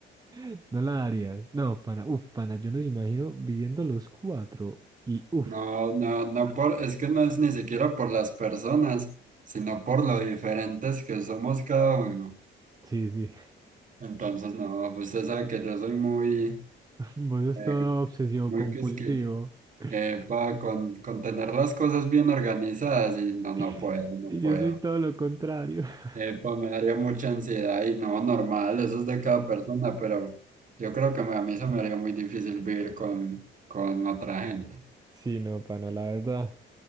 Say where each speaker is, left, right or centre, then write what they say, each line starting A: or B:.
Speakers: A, on the right; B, on the right.
A: <laughs> No la darías. No, pana, uf, pana, yo nos imagino viviendo los cuatro y uf,
B: No, no, no por, es que no es ni siquiera por las personas, sino por lo diferentes que somos cada uno.
A: sí, sí.
B: Entonces, no, usted sabe que yo soy muy...
A: <laughs> Vos es
B: eh,
A: todo obsesivo
B: muy
A: compulsivo.
B: quisquilloso.
A: <laughs>
B: Epa, con, con tener las cosas bien organizadas y no, no
A: <laughs>
B: puedo, no
A: Y
B: puedo.
A: yo soy todo lo contrario. <laughs>
B: Epa, me daría mucha ansiedad y no, normal, eso es de cada persona, pero yo creo que me- a mí se me haría muy difícil vivir con, con otra gente.
A: Sí, no, pana, la verdad.